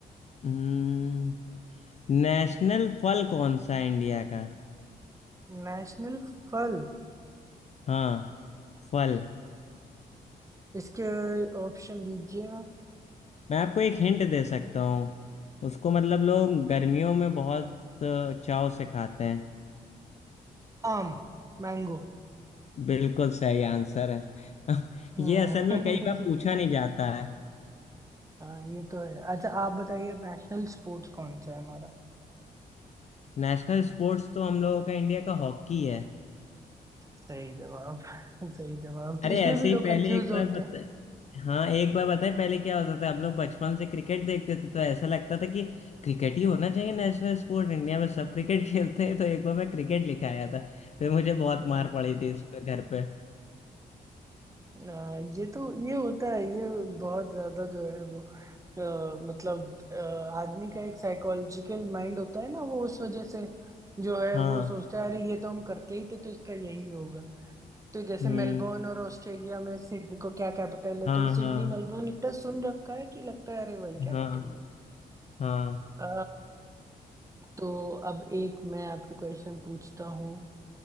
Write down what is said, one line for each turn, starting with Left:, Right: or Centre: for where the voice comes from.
Left: हम्म नेशनल फल कौन सा है इंडिया का
Right: नेशनल फल
Left: हाँ फल
Right: इसके ऑप्शन दीजिए आप
Left: मैं आपको एक हिंट दे सकता हूँ उसको मतलब लोग गर्मियों में बहुत अ, चाव से खाते हैं
Right: आम मैंगो
Left: बिल्कुल सही आंसर है <laughs>
Right: हम्म
Left: ये असल में कई बार पूछा नहीं जाता है
Right: <laughs> हाँ ये तो है अच्छा आप बताइए नेशनल स्पोर्ट्स कौन सा है हमारा
Left: नेशनल स्पोर्ट्स तो हम लोगों का इंडिया का हॉकी है
Right: सही जवाब <laughs> सही जवाब तो
Left: अरे
Right: इसमें
Left: ऐसे
Right: भी
Left: ही
Right: लोग
Left: पहले
Right: कंफ्यूज
Left: एक बार
Right: होते
Left: बता
Right: हैं
Left: हाँ एक बार बताएं पहले क्या होता था हम लोग बचपन से क्रिकेट देखते थे तो ऐसा लगता था कि क्रिकेट ही होना चाहिए नेशनल स्पोर्ट इंडिया में सब क्रिकेट <laughs> खेलते हैं तो एक बार मैं क्रिकेट लिखाया था फिर मुझे बहुत
Right: हम्म,
Left: मार पड़ी थी इस पे घर पे
Right: आ, ये तो ये होता है ये बहुत ज्यादा जो है वो अ, मतलब अ, आदमी का एक साइकोलॉजिकल माइंड होता है ना वो उस वजह से जो है
Left: हाँ
Right: वो सोचता है अरे ये तो हम करते ही थे तो इसका यही होगा तो जैसे
Left: हम्म
Right: मेलबोर्न और ऑस्ट्रेलिया में सिडनी को क्या कैपिटल है
Left: हाँ
Right: तो
Left: हाँ
Right: सिडनी मेलबोर्न इतना सुन रखा है कि लगता है अरे वही कैपिटल
Left: हाँ
Right: है
Left: हाँ
Right: अ, तो अब एक मैं आपसे क्वेश्चन पूछता हूँ